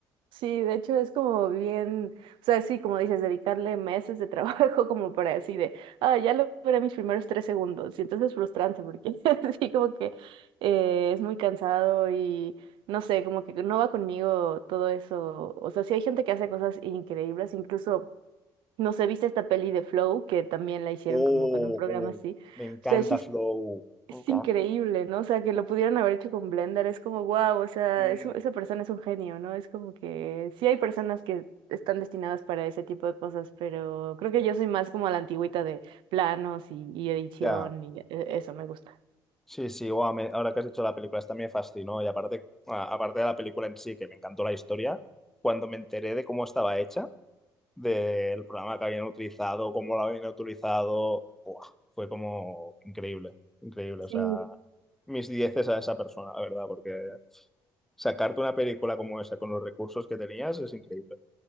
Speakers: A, on the right (about 75°); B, in the centre.
A: Sí, de hecho es como bien, o sea, sí, como dices, dedicarle meses de trabajo <laughs> como para así de, ah, ya logré mis primeros tres segundos. Y entonces es frustrante porque <laughs> sí, como que eh, es muy cansado y no sé, como que no va conmigo todo eso. O sea, sí hay gente que hace cosas increíbles, incluso, no sé, viste esta peli de Flow que también la hicieron
B: Oh,
A: como con un programa
B: oh,
A: así.
B: me encanta
A: O sea, sí
B: Flow.
A: es
B: Me encanta.
A: increíble, ¿no? O sea, que lo pudieran haber hecho con Blender, es como, wow, o sea,
B: Mm,
A: es un- esa persona es un genio, ¿no? Es como que sí hay personas que están destinadas para ese tipo de cosas, pero creo que yo soy más como a la antigüita de planos y, y edición
B: ya.
A: y e- eso me gusta.
B: Sí, sí, guau, me- ahora que has dicho la película, esta me fascinó y aparte, a- aparte de la película en sí, que me encantó la historia, cuando me enteré de cómo estaba hecha, del programa que habían utilizado, cómo lo habían utilizado. Buah, fue como increíble, increíble.
A: Sí,
B: O sea, mis dieces a esa persona, la verdad, porque sacarte una película como esa con los recursos que tenías es increíble.